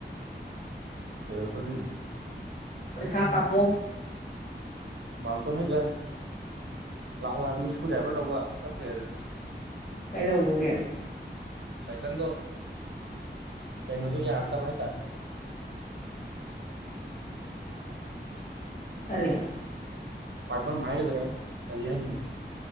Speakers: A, on the right; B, on the left.
A: ꯀꯩꯣꯧꯗꯔꯤ
B: ꯄ ꯁꯥꯥ ꯀꯄ
A: ꯃꯥꯎꯟꯇꯣꯟ ꯍꯣꯏꯗ ꯂꯥꯛꯑꯣ ꯍꯥꯏꯕꯅꯤ ꯏꯁꯀ꯭ꯔꯨ ꯗ꯭ꯔꯥꯏꯚꯔ ꯂꯧꯕ ꯆꯠꯈ꯭ꯔꯦꯗꯅ
B: ꯔꯕꯒꯦ
A: ꯁꯥꯏꯀꯥꯟꯗ ꯀꯩꯅ ꯇꯒꯤꯦ ꯍꯥꯔꯇ ꯍꯥꯏꯍꯤ ꯇ <unintelligible>
B: ꯀꯔꯤ
A: ꯄꯥꯏꯐꯝ ꯍꯥꯏꯔꯗ꯭ꯔꯔꯤ ꯍꯥꯏ